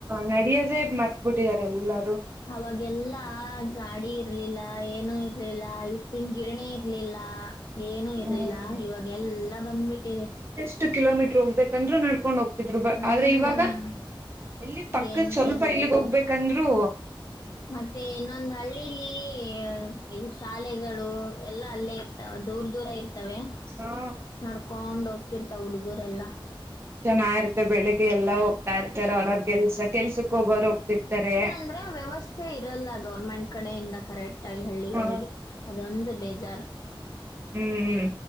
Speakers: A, on the right; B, on the left.
A: ನಡಿಯೂದೇ ಮರ್ತ್ಬಿಟ್ಟಿದ್ದಾರೆ ಎಲ್ಲಾರೂ
B: ಅವಾಗೆಲ್ಲಾ ಗಾಡಿ ಇರ್ಲಿಲ್ಲ ಏನೂ ಇರ್ಲಿಲ್ಲ ಹಿಟ್ಟನ್ ಗಿರಣಿ ಇರ ಇರ್ಲಿಲ್ಲ ಏನೂ ಇರ್ಲಿಲ್ಲಾ
A: ಹ್ಮ್
B: ಇವಾಗ ಎಲ್ಲಾ ಬಂದ್ಬಿಟ್ಟಿದೆ.
A: ಎಷ್ಟು ಕಿಲೋಮೀಟರ್ ಹೋಗ್ಬೇಕಂದ್ರೂ ನಡ್ಕೊಂಡ್ ಹೋಗ್ತಿದ್ರು ಬ
B: ಹ್ಮ್
A: ಆದ್ರೆ ಇವಾಗ ಎಲ್ಲಿ ಪಕ್ಕದ
B: ಏನ್
A: ಸ್ವಲ್ಪ
B: ಕೇಳ್ದ
A: ಇಲ್ಲಿಗ್ ಹೋಗ್ಬೇಕಂದ್ರೂ
B: ಮತ್ತೆ ಇನ್ನೊಂದು ಹಳ್ಳಿಲೀ ಈ ಶಾಲೆಗಳು ಎಲ್ಲಾ ಅಲ್ಲೇ ಇರ್ತಾವೆ ದೂರ ದೂರ ಇರ್ತವೆ
A: ಹಾ.
B: ನಡ್ಕೊಂಡ್ ಹೋಗ್ತಿರ್ತಾವ ಹುಡುಗುರೆಲ್ಲಾ
A: ಚೆನ್ನಾಗಿರುತೆ ಬೆಳಿಗ್ಗೆ ಎಲ್ಲಾ ಹೋಗ್ತಾ ಇರ್ತಾರೆ ಅವ್ರ ಅವ್ರ ಕೆಲ್ಸ ಕೆಲ್ಸಕ್ ಹೋಗೋರ್ ಹೋಗ್ತಿರ್ತಾರೆ
B: <unintelligible> ವ್ಯವಸ್ಥೆ ವ್ಯವಸ್ಥೆ ಇರಲ್ಲ ಗೌರ್ಮೆಂಟ್ ಕಡೆಯಿಂದ ಕರೆಕ್ಟ್ ಆಗಿ ಹಳ್ಳಿಗಳಿಗೆ
A: ಹಾ
B: ಅದೊಂದು ಬೇಜಾರ್
A: ಹ್ಮ್ ಹ್ಮ್ ಹುಂ.